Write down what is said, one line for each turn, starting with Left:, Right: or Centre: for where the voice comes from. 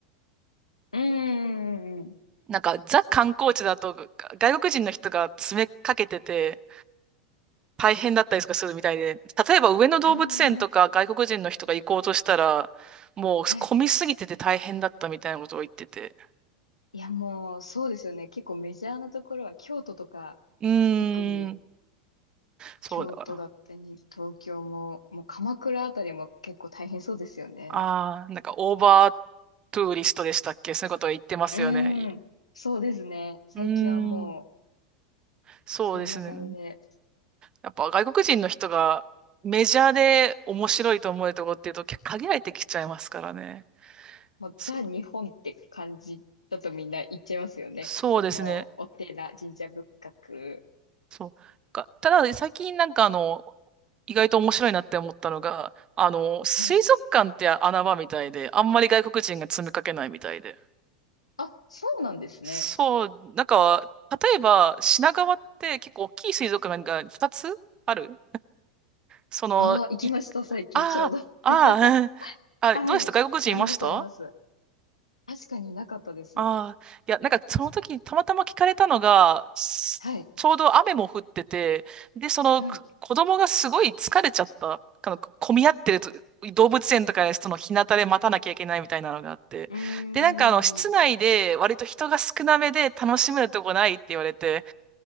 Left: うんうんうん。
Right: なんかザ観光地だと外国人の人が詰めかけてて、大変だったりとかするみたいで、例えば上野動物園とか外国人の人が行こうとしたら、
Left: ああ、
Right: もう混みすぎてて大変だったみたいなことを言ってて。
Left: はい。いや、もう、そうですよね。結構メジャーなところは、京都とか、
Right: うーん、
Left: 特に
Right: そうだな。
Left: 京都だったり、東京も、もう鎌倉あたりも結構大変そうですよね。
Right: ああ、なんかオーバートゥーリストでしたっけそういうことを言ってますよね。
Left: うん。そうですね。最近はもう、
Right: うーん、そうですね。
Left: そんな感じで、
Right: やっぱ外国人の人がメジャーで面白いと思えるところっていうと限られてきちゃいますからね。
Left: もう、
Right: そ、
Left: ザ・日本って感じだとみんな言っちゃいますよね。
Right: そうですね。
Left: もう、お寺、神社仏閣。
Right: そう。か、ただ、最近なんかあの、意外と面白いなって思ったのが、あの、水族館って穴場みたいで、
Left: はい。
Right: あんまり外国人が詰めかけないみたいで。
Left: あ、そうなんですね。
Right: そう、なんか、例えば品川って結構大きい水族館が2つあるその、
Left: ああ、行きました、
Right: い、
Left: 最近ちょうど。
Right: ああ、
Left: <laughs>
Right: ああ、<laughs>
Left: はい。
Right: あ、どうでした外国人いました
Left: あります、あります。確かになかったです。
Right: ああ、いや、なんかその時にたまたま聞かれたのが、すちょうど雨も降ってて、
Left: はい。
Right: で、そのく子供がすごい疲れちゃった。
Left: はい。
Right: あの、混み合ってると動物園とかでその日向で待たなきゃいけないみたいなのがあって。
Left: うー
Right: で、なんかあの、室内で割と人が少なめで楽しめるとこないって言われて、
Left: ん。